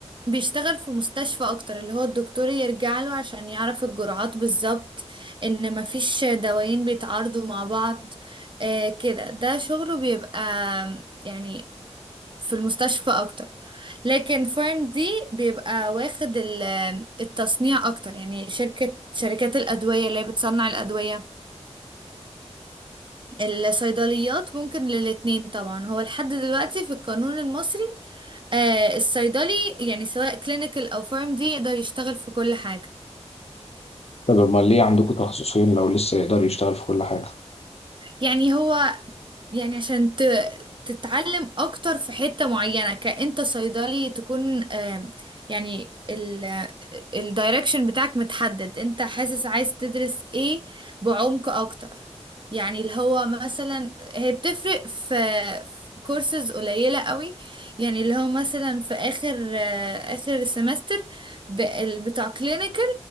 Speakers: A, on the right; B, on the left.
A: بيشتغل في مستشفى اكتر اللي هو الدكتور يرجع له عشان يعرف الجرعات بالظبط ان مفيش دوايين بيتعارضوا مع بعض آه كده ده شغله بيبقى يعني في المستشفى اكتر لكن فارم دي بيبقى واخد ال- التصنيع اكتر يعني شركة شركات الادوية اللي هي بتصنع الادوية الصيدليات ممكن للاتنين طبعا هو لحد دلوقتي في القانون المصري آه الصيدلي يعني سواء كلينيكال او فارم دي يقدر يشتغل في كل حاجة
B: طب أمال ليه عندكم تخصصين لو لسه يقدر يشتغل في كل حاجة؟
A: يعني هو يعني عشان ت... تتعلم اكتر في حتة معينة كأنت صيدلي تكون آم، يعني ال الدايركشن بتاعك متحدد انت حاسس عايز تدرس ايه بعمق اكتر يعني اللي هو مثلا هي بتفرق في في كورسز قليلة قوي يعني اللي هو مثلا في اخر آه، اخر سمستر بتاع كلينيكال